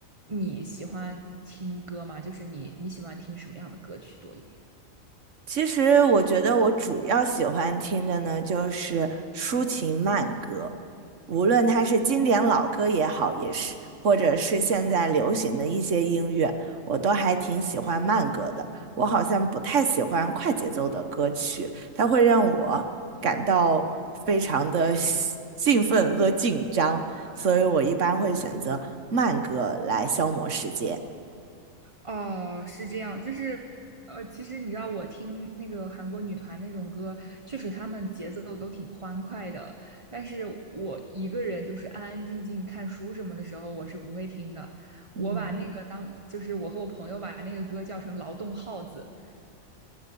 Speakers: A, on the right; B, on the right.
A: 你喜欢听歌吗？就是你你喜欢听什么样的歌曲多一点？
B: 其实我觉得我主要喜欢听的呢，就是抒情慢歌，无论它是经典老歌也好，也是或者是现在流行的一些音乐，我都还挺喜欢慢歌的。我好像不太喜欢快节奏的歌曲，它会让我感到非常的 <laughs> 兴奋和紧张，所以我一般会选择慢歌来消磨时间。
A: 哦，是这样，就是呃，其实你知道，我听那个韩国女团那种歌，确实她们节奏都挺欢快的，但是我一个人就是安安静静看书什么的时候，我是不会听的。
B: 嗯，
A: 我把那个当，就是我和我朋友把那个歌叫成劳动号子。